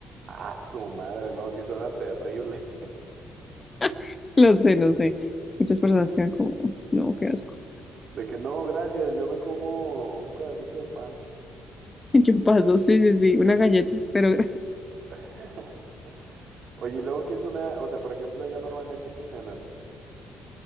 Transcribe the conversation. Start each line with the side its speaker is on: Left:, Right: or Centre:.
Right: Ah, su madre, no, sí suena terrible. <laughs>
Left: <laughs> Lo sé, no sé. Muchas personas quedan como, no, qué asco.
Right: De que no, gracias, yo me como un pedacito de pan.
Left: <laughs> Yo paso, sí, sí, sí, una galleta, pero
Right: <laughs> Oye, ¿y luego que es una, o sea, por ejemplo, allá normalmente que cenan